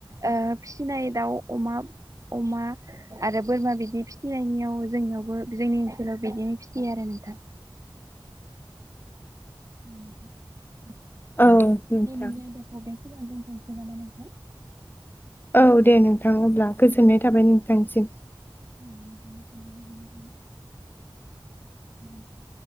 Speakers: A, on the right; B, on the left.
A: ओ फिसिनाय दाउ अमा अमा आरो बोरमा बिदि फिसिनायनियाव जोंनियावबो जोंनि ओनसोलाव बिदिनो फिसियो आरो नोंथां। <inaudible>
B: औ नोंथां।
A: दिनैनि <unintelligible>
B: औ दे नोंथां अब्ला गोजोननाय थाबाय नोंथांनिसिम।
A: अ नोंथांनिसिमबो गोजोननाय थाबाय।